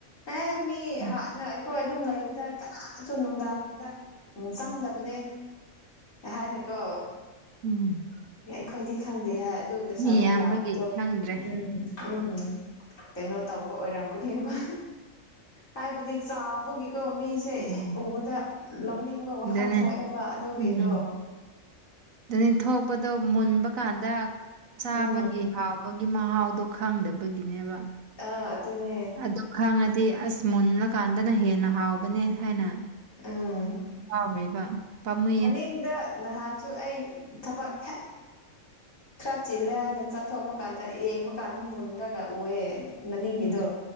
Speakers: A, on the left; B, on the right.
A: ꯑꯦ ꯃꯤ
B: ꯎꯝ
A: ꯍꯥꯟꯅ ꯍꯣꯏ ꯑꯗꯨꯝ ꯂꯩꯕꯗ ꯀꯅꯥꯁꯨ ꯅꯨꯡꯗꯥꯡꯗ ꯎꯝ ꯆꯪꯗꯕꯅꯦ ꯍꯥꯏꯅꯦꯀꯣ
B: ꯎꯝ <unintelligible> <inaudible>
A: ꯑꯩ ꯈꯣꯏꯗꯤ ꯈꯪꯗꯦ ꯍꯥꯏ ꯑꯗꯨ ꯂꯩꯁꯥꯕꯤ
B: ꯃꯤ ꯌꯥꯝꯕꯒꯤ
A: ꯂꯥꯛꯄꯗꯣ
B: ꯈꯪꯗ꯭ꯔꯦ
A: ꯎꯝ ꯎꯝ ꯎꯝ ꯀꯩꯅꯣ ꯇꯧꯕ ꯑꯣꯏꯔꯝꯒꯅꯦꯕ ꯍꯥꯏꯕꯨꯗꯤ ꯆꯥꯕꯨꯡꯒꯤꯀꯣ ꯃꯤ ꯁꯦ
B: ꯎꯝ
A: ꯍꯦꯛ ꯎꯕꯗ ꯂꯧꯅꯤꯡꯕ ꯋꯥꯈꯟ
B: ꯑꯗꯨꯅꯦ
A: ꯊꯣꯛꯑꯦꯕ ꯑꯗꯨꯒꯤꯗꯣ
B: ꯎꯝ ꯑꯗꯨꯅꯤ ꯊꯣꯛꯄꯗꯣ ꯃꯨꯟꯕ ꯀꯥꯟꯗ ꯆꯥꯕꯒꯤ
A: ꯎꯝ
B: ꯍꯥꯎ ꯒꯤ ꯃꯍꯥꯎꯗꯣ ꯈꯪꯗꯕꯒꯤꯅꯦꯕ
A: ꯑ ꯑꯗꯨꯅꯦ
B: ꯑꯗꯨ ꯈꯪꯉꯗꯤ ꯑꯁ ꯃꯨꯜꯂꯀꯥꯟꯗꯅ ꯍꯦꯟꯅ ꯍꯥꯎꯕꯅꯦ ꯍꯥꯏꯅ
A: ꯑ <unintelligible> <inaudible>
B: ꯑꯥꯎꯕꯩꯕ ꯄꯝꯃꯨꯌꯦ
A: ꯗ ꯅꯍꯥꯟꯁꯨ ꯑꯩ ꯊꯕꯛ <inaudible> ꯈꯔ ꯆꯤꯜꯂꯦ ꯍꯥꯏꯅ ꯆꯠꯊꯣꯛꯄ ꯀꯥꯟꯗ ꯌꯦꯡꯕ ꯀꯥꯟꯗ ꯃꯨꯟꯔꯒ ꯎꯑꯦ ꯃꯅꯤꯡꯒꯤꯗꯣ
B: ꯎꯝ